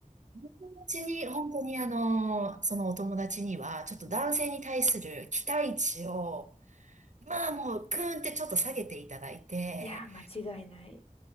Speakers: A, on the right; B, on the left.
A: 友達に、本当にあの、そのお友達には、ちょっと男性に対する期待値を、
B: うん
A: まあもう、グーンってちょっと下げていただいて、
B: いやー、間違いない。